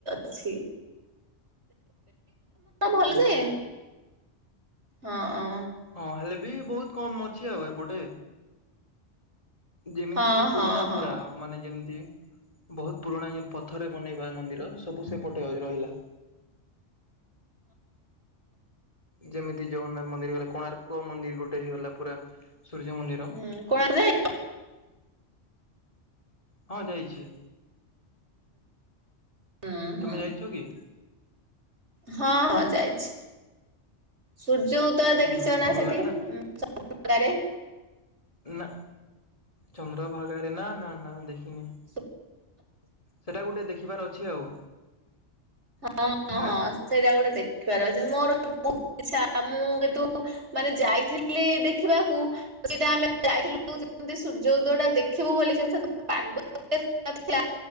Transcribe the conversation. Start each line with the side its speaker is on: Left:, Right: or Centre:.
Right: ଅଛି ଭଲ
Left: ହଁ।
Right: ଯେ ହଁ ହ
Left: ହଁ ହେଲେ ବି ବହୁତ କମ୍ ଅଛି ଆଉ ଏପଟେ ଯେମିତି
Right: ହଁ
Left: କି
Right: ହଁ
Left: ପୁରୁଣା
Right: ହଁ
Left: ପୁରା ମାନେ ଯେମିତି ବହୁତ ପୁରୁଣା ଇଏ ପଥରେ ବନେଇବା ମନ୍ଦିର ସବୁ ସେପଟେ ରଇ ରହିଲା ଯେମିତି ଜଗନ୍ନାଥ ମନ୍ଦିର ହେଗଲା କୋଣାର୍କ ମନ୍ଦିର ଗୋଟେ ହେଇଗଲା ପୁରା ସୂର୍ଯ୍ୟ ମନ୍ଦିର
Right: ହୁଁ କୋଣାର୍କ ଯାଇ
Left: ହଁ ଯାଇଛି
Right: ହୁଁ ହୁଁ
Left: ତମେ ଯାଇଛ କି
Right: ହଁ ହଁ ଯାଇଛି ସୂର୍ଯ୍ୟ ଉଦୟ ଦେଖିଛ
Left: ହୁଁ
Right: ନା
Left: ଭଲ
Right: ସେଠି
Left: ଲାଗେ
Right: ଚନ୍ଦ୍ରଭାଗାରେ
Left: ନା ଚନ୍ଦ୍ରଭାଗାରେ ନା ନା ନା ଦେଖିନି
Right: ସେ
Left: ସେଇଟା ଗୋଟିଏ ଦେଖିବାର ଅଛି ଆଉ।
Right: ହଁ ହଁ ହଁ
Left: ଆଁ
Right: ସେଇଟା ଗୋଟେ ଦେଖିବାର ଅଛି ମୋର <unintelligible> ଇଛା ମୁଁ କିନ୍ତୁ ମାନେ ଯାଇଥିଲି ଦେଖିବାକୁ ସେଇଟା ଆମେ ଯାଇଥିଲୁ ଯେମିତି ସୂର୍ଯ୍ୟ ଉଦୟଟା ଦେଖିବୁ ବୋଲି <unintelligible> <inaudible> ଥିଲା